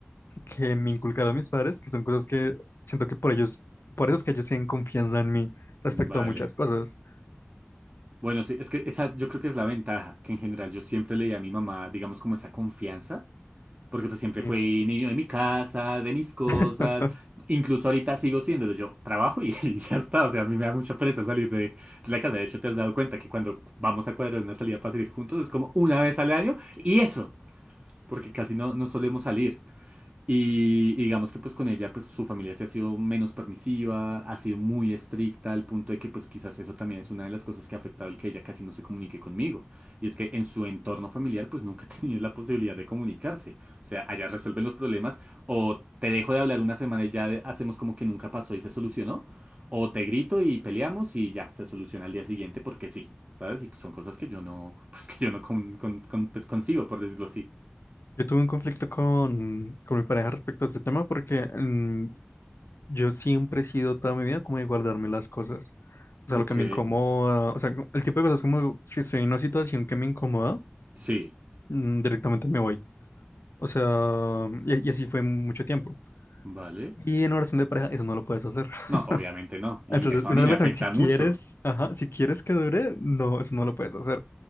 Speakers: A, on the left (about 85°); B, on the right (about 35°).
A: que me inculcaron mis padres, que son cosas que siento que por ellos, por eso es que ellos tienen confianza en mí respecto
B: Vale.
A: a muchas cosas.
B: Bueno, sí, es que esa yo creo que es la ventaja, que en general yo siempre le di a mi mamá, digamos, como esa confianza. Porque pues siempre
A: Sí.
B: fui niño de mi casa, de mis cosas.
A: <laughs>
B: Incluso ahorita sigo siéndolo. Yo trabajo y, <laughs> y ya está. O sea, a mí me da mucha pereza salir de, de la casa. De hecho, te has dado cuenta que cuando vamos a cuadrar una salida para salir juntos es como una vez al año. Y eso, porque casi no, no solemos salir. Y, y digamos que pues con ella pues su familia se ha sido menos permisiva, ha sido muy estricta al punto de que pues quizás eso también es una de las cosas que ha afectado el que ella casi no se comunique conmigo. Y es que en su entorno familiar pues nunca <laughs> ha tenido la posibilidad de comunicarse. O sea, allá resuelven los problemas o te dejo de hablar una semana y ya de- hacemos como que nunca pasó y se solucionó. O te grito y peleamos y ya se soluciona al día siguiente porque sí, ¿sabes? Y son cosas que yo no, <laughs> pues que yo no con- con- con- concibo, por decirlo así.
A: Yo tuve un conflicto con, con mi pareja respecto a este tema porque mm, Yo siempre he sido toda mi vida como de guardarme las cosas. O sea,
B: Ok,
A: lo que me incomoda, o sea, el tipo de cosas como si estoy en una situación que me incomoda,
B: sí,
A: mm, directamente me voy. O sea, y, y así fue mucho tiempo.
B: vale.
A: Y en una relación de pareja eso no lo puedes hacer.
B: No,
A: <laughs>
B: obviamente no. Y
A: Entonces,
B: eso a
A: una
B: mí
A: relación
B: me afecta
A: si quieres,
B: mucho.
A: ajá, si quieres que dure, no, eso no lo puedes hacer.